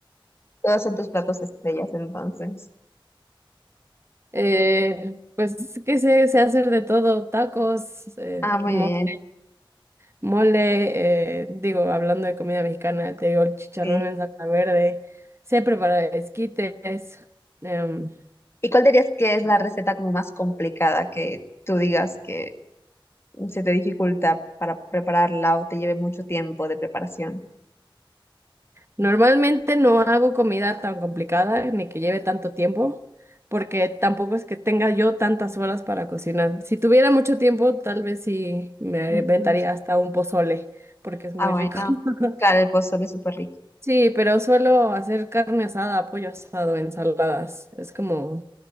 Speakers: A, on the left; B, on the right.
A: Todos son tus platos estrellas, entonces.
B: Eh, pues que sé, sé hacer de todo, tacos, eh,
A: Ah, muy
B: mole,
A: bien,
B: mole, eh, digo, hablando de comida mexicana, te digo, el chicharrón
A: sí.
B: en salsa verde, sé preparar esquites. em,
A: ¿Y cuál dirías que es la receta como más complicada que tú digas que se te dificulta para prepararla o te lleve mucho tiempo de preparación?
B: normalmente no hago comida tan complicada ni que lleve tanto tiempo, porque tampoco es que tenga yo tantas horas para cocinar. Si tuviera mucho tiempo, tal vez sí me
A: Ujú.
B: inventaría hasta un pozole, porque es
A: Ah,
B: muy
A: bueno.
B: rico. <laughs>
A: Claro, el pozole es súper rico.
B: Sí, pero suelo hacer carne asada, pollo asado, ensaladas. Es como